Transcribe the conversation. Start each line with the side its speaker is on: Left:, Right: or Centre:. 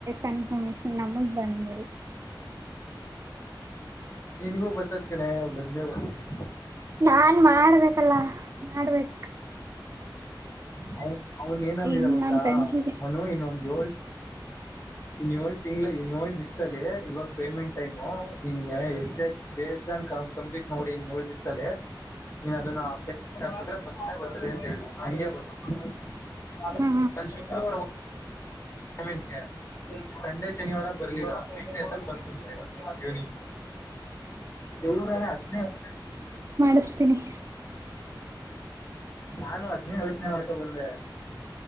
Right: ಕನ್ಫರ್ಮೇಷನ ನಮಗೆ ಬಂದಮೇಲೆ.
Left: ಏ ನಿಂಗೂ ಬತ್ತತ್ ಕಣೆ ಬಂದೇ ಬರ್ತೈತೆ.
Right: ನಾನು ಮಾಡಬೇಕಲ್ಲ ಮಾಡ್ಬೇಕು.
Left: <inaudible> ಹೌ. ಅವನು ಏನ್ ಅಂದಿದ್ದ
Right: ಈಗ
Left: ಗೊತ್ತಾ
Right: ನನ್ ತಂಗಿಗೆ
Left: ಮನು ಇನ್ನೊಂದು ಇನ್ನ ಏಳು ತಿಂಗಳಲ್ಲಿ ಏಳು ದಿಸದಲ್ಲಿ ಇವಾಗ ಪೇಮೆಂಟ್ ಟೈಮು ಇನ್ ಎಷ್ಟೇ ಬೇಜಾನ್ ಕಂಪನಿಗೆ ಮಾಡ್ಬಿಟ್ಟಿದ್ದೀನಿ. ನೀನ್ ಅದನ್ನ್ರೆ ಮತ್ತೆ ಬರ್ತೀನಿ ಅಂತ ಹೇಳಿದೆ ಅಂಗೆ ಬರ್ತೀನಿ ನಾನು
Right: ಹಾ
Left: ಶುಕ್ರವಾರ ಹೋಗ ಕಮೆಂಟ್‌ಗೆ ಸಂಡೇ ಶನಿವಾರ ಬರ್ಲಿಲ್ಲ. <unintelligible> ಬಲ್ಪ. <unintelligible> ದೇವರಾಣೆ ಅದ್ನೇ ಅದ್ನೇ.
Right: ಬೀಸ್ತೀನಿ
Left: <unintelligible> ನಾನು ಅದನ್ನೇ ಯೋಚನೆ ಮಾಡ್ಕೊಂಡು ಬಂದೆ